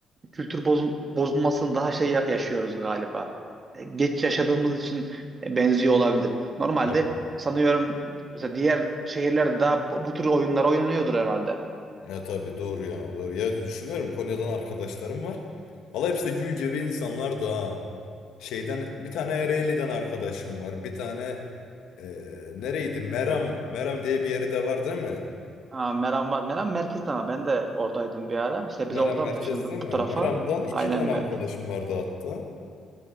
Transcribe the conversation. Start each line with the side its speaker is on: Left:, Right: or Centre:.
Right: kültür boz- bozulmasını daha şey ya- yaşıyoruz galiba. E, Geç yaşadığımız için e, benziyor olabilir. Normalde
Left: Tabii.
Right: sanıyorum mesela diğer şehirlerde daha bu bu tür oyunlar oynanıyordur herhalde.
Left: Ya tabii doğru ya doğru. Ya düşünüyorum Konya'dan arkadaşlarım var. Valla hepsi de gül gibi insanlar da ha. Şeyden bir tane Ereğli'den arkadaşım var. Bir tane eee nereydi? Meram. Meram diye bir yeri de var değil mi?
Right: Ha, Meram var. Meram merkezde ama ben de oradaydım bir ara. İşte
Left: Meram
Right: biz oradan
Left: merkez
Right: taşındık
Left: değil mi?
Right: bu tarafa.
Left: Meram'dan iki
Right: Aynen
Left: tane
Right: merkez.
Left: arkadaşım vardı hatta.